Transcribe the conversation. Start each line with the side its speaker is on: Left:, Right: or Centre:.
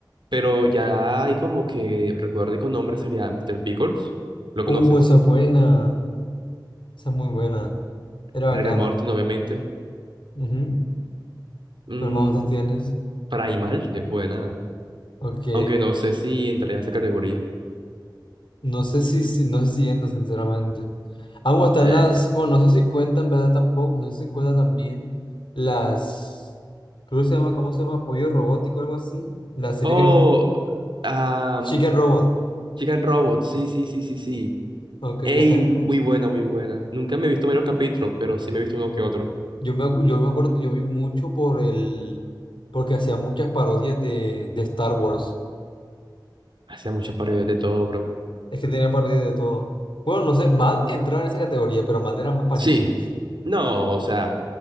Right: Pero ya hay como que, recuerdo con nombre sería Mr. Pickles, lo conoces.
Left: Uh, esa es buena. Esa es muy buena. Era
Right: Rick
Left: bacana.
Right: and Morty, obviamente.
Left: Ujú.
Right: Mm,
Left: ¿Cuál más otras tienes?
Right: Primal es buena,
Left: Ok.
Right: aunque no sé si entraría a esa categoría.
Left: No sé si, si- no sé si entra, sinceramente. Ah, bueno están
Right: Eh.
Left: las. Bueno, no sé si cuentan, ¿verdad? Tampoco. No sé si cuentan también las. Creo que se llama, ¿cómo se llama? Pollo robótico o algo así. La serie
Right: Oh,
Left: que.
Right: am,
Left: Chicken Robot.
Right: Chicken Robot, sí, sí, sí, sí, sí.
Left: Ok,
Right: Ey,
Left: la que. ¿cómo?
Right: muy buena, muy buena. Nunca me he visto varios capítulos, pero sí me he visto uno que otro.
Left: Yo me, acu- yo me acuerdo que yo vi mucho por el, porque hacía muchas parodias de, de Star Wars.
Right: Hacía muchas parodias de todo, bro.
Left: Es que tenía parodias de todo. Bueno, no sé, Mad entraba en esa categoría, pero Mad era más para
Right: Sí,
Left: niños.
Right: no, o sea,